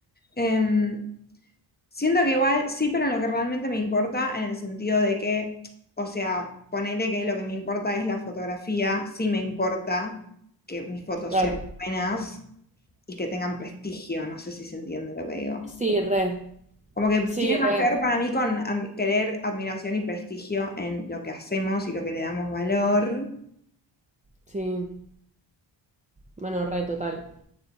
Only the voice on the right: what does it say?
Claro.
Sí, re.
Sí, re.
Sí. Bueno, re, total.